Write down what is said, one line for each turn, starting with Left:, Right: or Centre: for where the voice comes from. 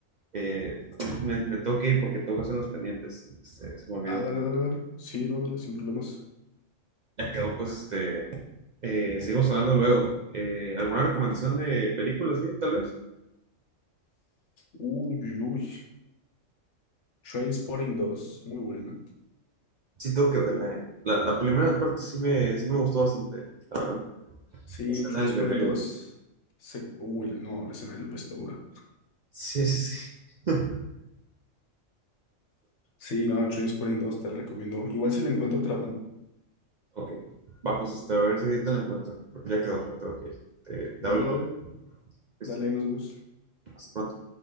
Right: eh, me, me tengo que ir porque tengo que hacer unos pendientes, este, se me olvidó.
Left: Ah, dale, dale, dale. Sí, no, dale, sin problemas.
Right: Ya quedó, pues, este, Eh, seguimos hablando luego. Eh, ¿alguna recomendación de película, sí, tal vez?
Left: Uy, uy, uy. Trainspotting dos, muy buena.
Right: Sí, tengo que verla, eh. La, la primera parte sí me, sí me gustó bastante, la verdad.
Left: Sí,
Right: La escena
Left: Trainspotting
Right: del bebé,
Left: dos
Right: güey.
Left: se... uy, no, la escena del vestidura.
Right: Sí, sí, sí. <laughs>
Left: Sí, no, Trainspotting dos te la recomiendo. Igual si la encuentro, te
Right: Ok. Va, pues este, a ver si te la encuentro, porque ya quedó, me tengo que ir. Te, te
Left: Dale,
Right: hablo
Left: dale,
Right: luego. Listo.
Left: dale, ahí nos vemos.
Right: Hasta pronto.